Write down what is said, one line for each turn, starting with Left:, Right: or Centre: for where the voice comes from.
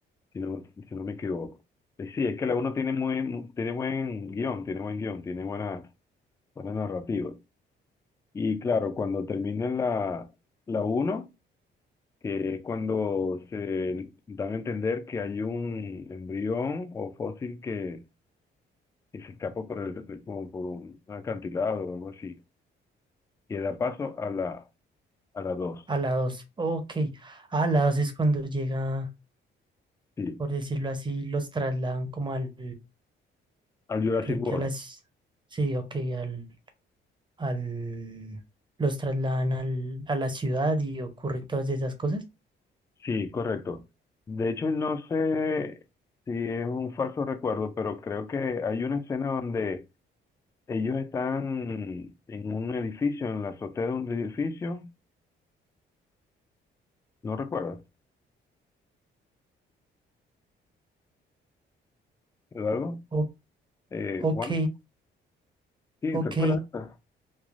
Left: si no, si no me equivoco. Eh, Sí, es que la uno tiene muy, mu- tiene buen guión, tiene buen guión, tiene buena, buena narrativa. Y claro, cuando termina la, la uno que es cuando se dan a entender que hay un embrión o fósil que, que se escapa por, el, como por un acantilado o algo así, que da paso a la, a la dos
Right: a la dos. Ok, a la dos es cuando llega,
Left: Sí,
Right: por decirlo así, los trasladan como al,
Left: al Jurassic
Right: creo que
Left: World.
Right: a las, sí, ok, al, al, los trasladan al, a la ciudad y ocurren todas esas cosas.
Left: Sí, correcto. De hecho, no sé si es un falso recuerdo, pero creo que hay una escena donde ellos están en un edificio, en la azotea de un edificio. ¿No recuerdas? ¿Algo?
Right: O-
Left: Eh,
Right: ok,
Left: Juan, sí,
Right: ok,
Left: ¿recuerdas esta?